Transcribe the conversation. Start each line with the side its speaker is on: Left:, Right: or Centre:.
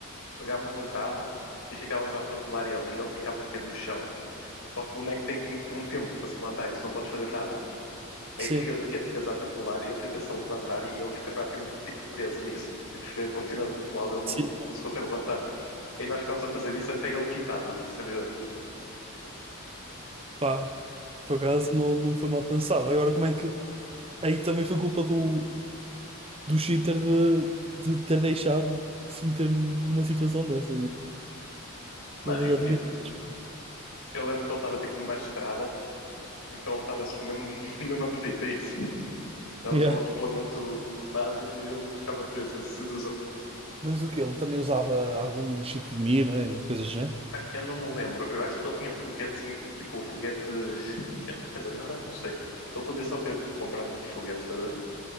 Left: Pegámos um carro e ficávamos a atropelar ele. E ele ficava o quê? No chão. Só que o boneco tem tipo um tempo para se levantar e tu não podes fazer nada. Aí
Right: Sim,
Left: tu ficas o quê? Ficas a atropelar e ele fica-se a levantar e ele fica praticamente tipo preso nisso. Tipo, fica continuando a atropelar e ele não,
Right: sim,
Left: não se consegue levantar. Aí nós ficámos a fazer isso até ele quitado do servidor.
Right: pá, por acaso não, não foi mal pensado. Agora, como é que. Aí também foi culpa do, do cheater de, de ter deixado se meter num- numa situação dessas. né?
Left: Mano,
Right: Ele
Left: é
Right: já
Left: que
Right: devia.
Left: tipo,
Right: ter-
Left: eu lembro que ele estava tipo numa estrada, então ele estava assim mesmo, <laughs> mesmo a pedir para isso. davas
Right: <laughs> Yeah.
Left: um atropelamento básico e ele ficava preso nessa situação.
Right: Mas o que Ele também usava algum cheat de mira e coisas do género?
Left: Mano, eu não me lembro, eu acho que ele tinha foguetes, tipo, foguetes. eu- quer dizer, na verdade, não sei. Ele podia só ter comprado muito foguete, sabe?